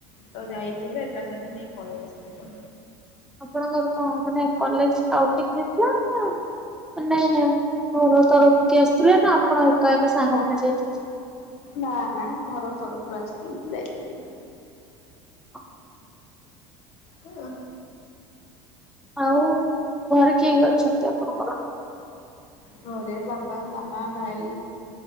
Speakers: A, on the left; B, in the centre.
A: ତ ଯାଇଥିଲୁ ଏକା ସାଙ୍ଗେ ନେଇ ପଳେଇ ଆସିଥିଲୁ।
B: ଆପଣଙ୍କର କଣ ମାନେ କଲେଜ୍ ୱେଟିଙ୍ଗରେ ଥିଲାନା ମାନେ ଘର ତରଫରୁ କିଏ ଆସିଥିଲେ ନା ଆପଣ ଏକା ଏକା ସାଙ୍ଗମାନେ
A: ନା
B: ଯାଇଥିଲେ?
A: ନା ନା ଘର ତରଫରୁ ଆସିଥିଲି ତ ଯାଇଥିଲି।
B: <inaudible>
A: ହଁ।
B: ଆଉ ଘରେ କିଏ କିଏ ଅଛନ୍ତି ଆପଣଙ୍କର?
A: ଘରେ ବାବା ମାମା ଭାଇ